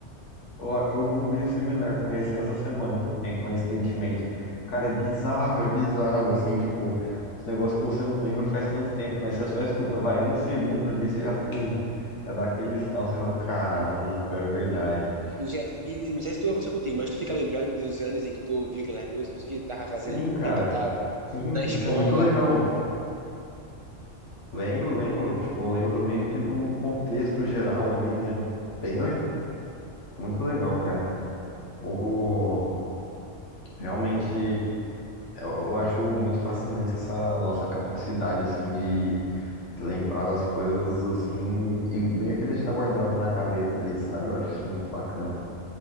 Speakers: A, on the left; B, on the right.
A: Eu, eu vi um vídeo similar com esse essa semana também, coincidentemente. Cara, é bizarro, é bizarro, assim, tipo, os negócios que você não lembra faz tanto tempo, mas você só escuta, vai, um segundo ali, você já, pum, já dá aquele estalo, você fala, caramba, é verdade.
B: E, já, e e não sei se tu aconteceu contigo, mas tu fica lembrando dos anos em que tu ouvia aquelas músicas, o que tu tava fazendo,
A: Sim, cara,
B: quem tu tava,
A: sim,
B: na escola.
A: isso é muito legal. Lembro, lembro, tipo, eu lembro meio que do contexto geral ali, né? Bem legal, muito legal, cara. O, realmente, eu eu acho muito fascinante essa nossa capacidade, assim, de Lembrar das coisas assim e meio que deixar guardado na gaveta ali, sabe? Eu acho isso muito bacana.